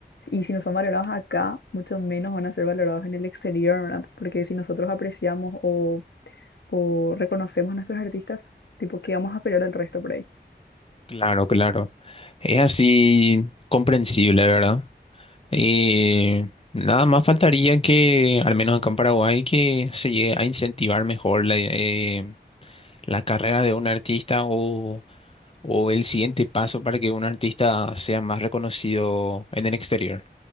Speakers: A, on the left; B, on the left.
A: Y si no son valorados acá, mucho menos van a ser valorados en el exterior, ¿verdad? Porque si nosotros apreciamos o o reconocemos a nuestros artistas, tipo, ¿qué vamos a esperar del resto por ahí?
B: Claro, claro. Es así comprensible, ¿verdad? Y nada más faltaría que, al menos acá en Paraguay, que se llegue a incentivar mejor la, eh, la carrera de un artista o, o el siguiente paso para que un artista sea más reconocido en el exterior.